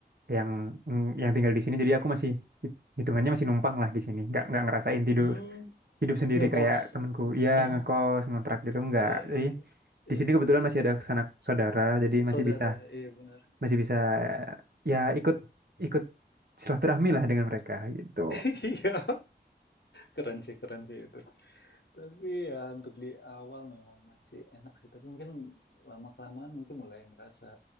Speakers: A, on the right; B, on the left.
A: yang mm, yang tinggal di sini, jadi aku masih hit- hitungannya masih numpang lah di sini, nggak nggak ngerasain tidur
B: Hmm,
A: hidup sendiri
B: ngekos.
A: kayak temanku, iya
B: Ah,
A: ngekos ngontrak gitu nggak.
B: iya,
A: Jadi
B: iya, iya.
A: di sini kebetulan masih ada sanak saudara, jadi masih
B: Saudara,
A: bisa
B: iya benar.
A: masih bisa ya ikut ikut silaturahmi lah dengan mereka gitu.
B: <laughs> Iya, keren sih, keren sih itu. Tapi ya untuk di awal memang masih enak sih. Tapi mungkin lama-kelamaan mungkin mulai ngerasa